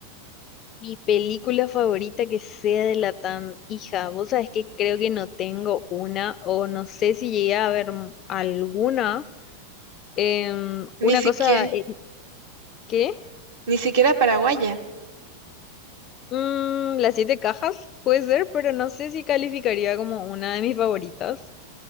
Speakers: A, on the left; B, on the right.
A: Mi película favorita que sea de Latam, hija, vos sabés que creo que no tengo una, o no sé si llegué a ver m- alguna. Em,
B: Ni
A: una
B: siquiera,
A: cosa, eh, ¿qué?
B: ni siquiera paraguaya.
A: Mm, las siete cajas, puede ser, pero no sé si calificaría como una de mis favoritas.